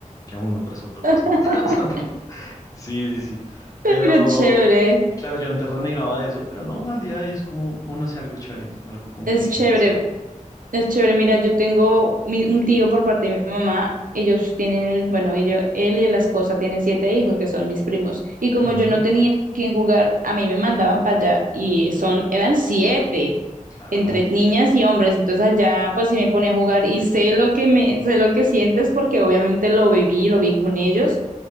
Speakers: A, on the left; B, on the right.
A: que a uno tras otro, tras
B: <laughs>
A: otro, <laughs> tras otro. Sí, sí, sí.
B: Pero
A: Pero,
B: chévere,
A: claro, yo antes renegaba de eso, pero no, al día de hoy es como, como no sé, algo chévere, algo como
B: es
A: que...
B: chévere.
A: sí.
B: Es chévere, mira, yo tengo mi- un tío por parte de mi mamá. Ellos tienen, bueno, ellos, él y la esposa tienen siete hijos que son mis primos. Y como
A: Ujú,
B: yo no tenía quien jugar, a mí me mandaban para allá y son, eran siete
A: claro.
B: entre niñas y hombres. Entonces allá, pues sí me ponía a jugar y sé lo que me, sé lo que sientes porque obviamente lo viví, lo vi con ellos.